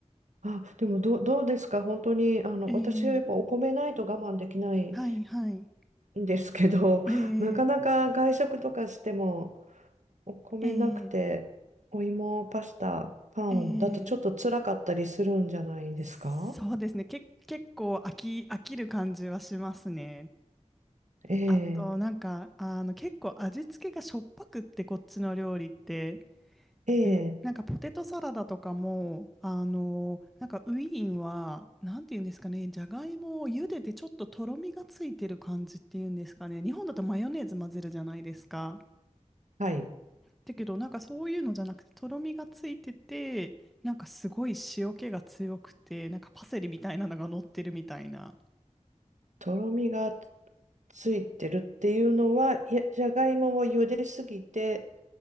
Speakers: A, on the right (about 75°); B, in the centre.
A: あ、でもどう、どうですか本当にあの私はやっぱお米ないと我慢できない
B: えー、はいはい。
A: んですけど、
B: えー、
A: <laughs> なかなか外食とかしても。お米なくて、
B: えー、
A: お芋、パスタ、パンだとちょっと辛かったりするんじゃないですか
B: えー、そうですね。け、結構飽き、飽きる感じはしますね。
A: え
B: あと、
A: え、
B: なんか、あの、結構味付けがしょっぱくって、こっちの料理って。
A: ええ、
B: え、なんかポテトサラダとかも、あのなんかウィーンは、なんていうんですかね、じゃがいもを茹でてちょっととろみがついてる感じっていうんですかね、日本だとマヨネーズ混ぜるじゃないですか。
A: はい。
B: だけど、なんかそういうのじゃなくて、とろみがついてて、なんかすごい塩気が強くて、なんかパセリみたいなのが乗ってるみたいな。
A: とろみがついてるっていうのは、いやじゃがいもを茹ですぎて、